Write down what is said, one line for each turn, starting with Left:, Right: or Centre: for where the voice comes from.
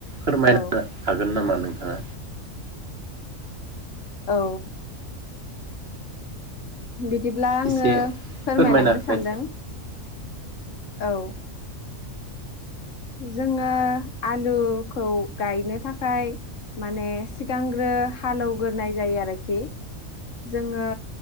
Right: फोरमायनो
Left: औ
Right: हागोन नामा नों ओ
Left: औ बिदिब्ला आङो
Right: एसे
Left: फोरमायलांनो
Right: फोरमायना होनाय
Left: सानदों औ जोङो आलुखौ गायनो थाखाय माने सिगांग्रो हालेवग्रोनाय जायो आरोखि जोङो